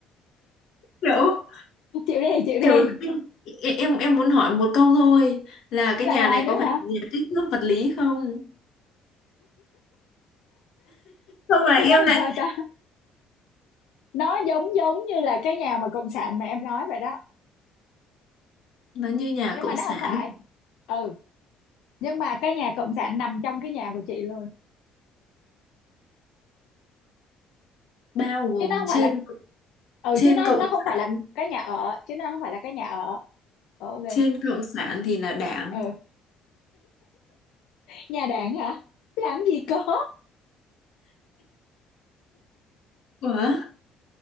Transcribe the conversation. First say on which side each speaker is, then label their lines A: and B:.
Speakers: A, on the left; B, on the left.
A: Kiểu
B: chịu đi chịu đi
A: kiểu em em em muốn hỏi một câu thôi là cái
B: lại
A: nhà
B: hỏi
A: này
B: nữa
A: có phải
B: hả
A: là nhà kích thước vật lý không không là em
B: nói làm
A: lại
B: sao ta nó giống giống như là cái nhà mà cộng sản mà em nói vậy đó
A: nó như nhà
B: nhưng
A: cộng
B: mà nó
A: sản
B: không phải ừ nhưng mà cái nhà cộng sản nằm trong cái nhà của chị luôn
A: bao gồm
B: chứ nó không
A: trên
B: phải là ừ
A: trên
B: chứ nó
A: cộng
B: nó không phải
A: sản
B: là cái nhà ở chứ nó không phải là cái nhà ở Ờ, ok
A: trên cộng sản thì là đảng
B: ừ nhà đảng hả làm gì có
A: ủa